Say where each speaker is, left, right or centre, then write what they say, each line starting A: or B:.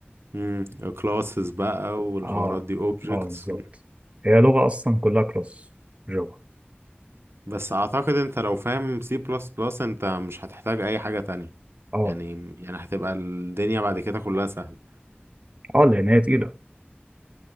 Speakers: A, on the right; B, on the right.
A: امم كلاسز بقى والحوارات
B: اه
A: دي اوبجكتس
B: اه بالظبط هي لغة أصلا كلها كلاس جافا
A: بس اعتقد انت لو فاهم سي بلس بلس انت مش هتحتاج اي حاجة تانية
B: اه
A: يعني يعني هتبقى الدنيا بعد كده كلها سهلة
B: اه لأن هي تقيلة